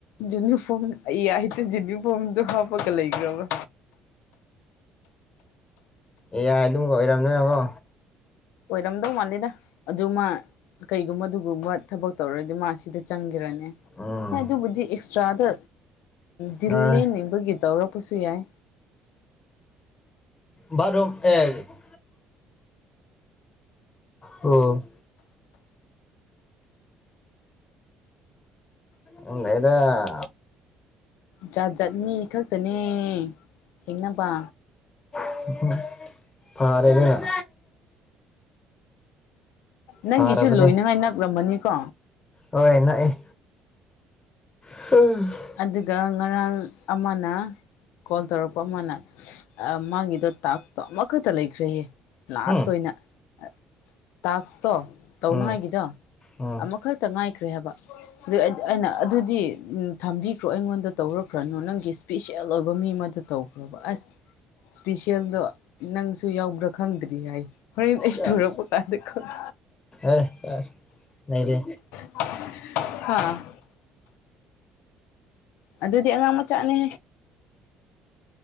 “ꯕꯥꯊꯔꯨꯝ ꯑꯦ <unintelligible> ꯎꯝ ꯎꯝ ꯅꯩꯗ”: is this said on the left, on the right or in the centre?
Left